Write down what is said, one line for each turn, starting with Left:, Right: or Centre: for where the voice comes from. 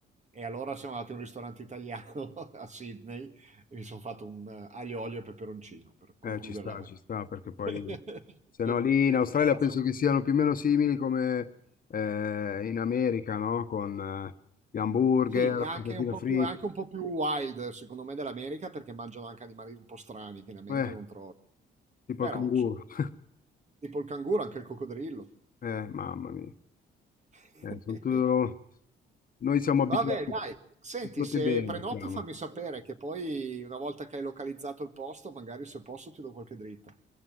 Right: E allora siamo andati in un ristorante italiano <laughs> a Sydney e mi sono fatto un eh, aglio, olio e peperoncino per concludere
Left: eh, ci sta,
Right: la vacanza.
Left: ci sta, perché poi
Right: <laughs>
Left: se
Right: Non-
Left: no lì in
Right: non
Left: Australia
Right: ce la faccio.
Left: penso che siano più o meno simili come eh, in America, no? Con eh, gli hamburger,
Right: Sì, è anche
Left: patatine
Right: un po'
Left: fritte,
Right: più, è anche un po' più wild, secondo me, dell'America perché mangiano anche animali un po' strani che in America
Left: eh,
Right: non trovo.
Left: tipo
Right: Però,
Left: il canguro.
Right: insomma,
Left: <laughs>
Right: tipo il canguro, anche il coccodrillo.
Left: Eh, mamma mia.
Right: <laughs>
Left: Eh, sono tu- Noi siamo abituati,
Right: Vabbè, dai, senti,
Left: abituati
Right: se
Left: bene,
Right: prenoti
Left: siamo.
Right: fammi sapere che poi una volta che hai localizzato il posto, magari se posso ti do qualche dritta.